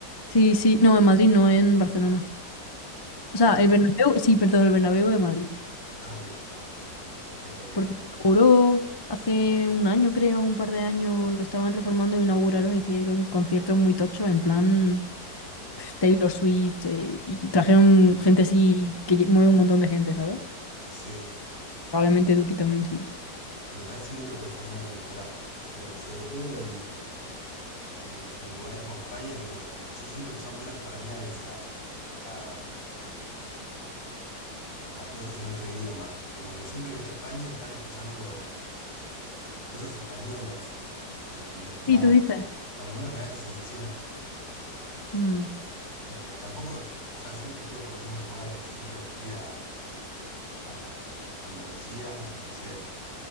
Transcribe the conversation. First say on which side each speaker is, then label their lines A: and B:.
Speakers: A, on the left; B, on the left.
A: Sí, sí, no, en Madrid, no en Barcelona.
B: Ah,
A: O sea,
B: en-
A: el Bernabéu, sí, perdón, el Bernabéu de Madrid.
B: ah, ok. Eh,
A: Porque se inauguró hace un año, creo, un par de años, lo estaban reformando y inauguraron, hicieron conciertos muy tochos, en plan pf, Taylor Swift, eh, y trajeron gente así que lle- mueve un montón de gente, ¿sabes?
B: sí,
A: Probablemente Duki también sí.
B: me parece muy loco el fenómeno del trap. Eh, sobre todo en, en- en lugares como España, que los, yo siento que son menos permeables a, a, a cosas en otro idioma. Como que siempre que fui a España están escuchando cosas españolas. Eh, me- va,
A: Sí, tú dices.
B: por lo menos me da esa sensación.
A: Mm,
B: Eh, tampoco, o sea, siempre estuve por los mismos lugares, siempre fui a, a Andalucía, no sé,